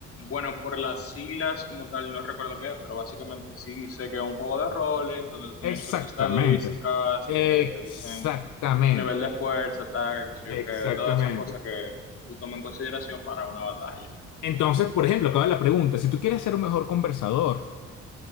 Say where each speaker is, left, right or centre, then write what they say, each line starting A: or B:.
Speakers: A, on the left; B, on the left.
A: Bueno, por las siglas como tal, no recuerdo qué es, pero básicamente sí sé que es un juego de roles donde tú tienes
B: Exactamente.
A: tus estadísticas
B: Exactamente.
A: que te dicen tu nivel de fuerza, ataque, qué sé yo
B: Exactamente.
A: qué, todas esas cosas que tú tomas en consideración para una batalla.
B: Entonces, por ejemplo, acaba la pregunta. Si tú quieres ser un mejor conversador,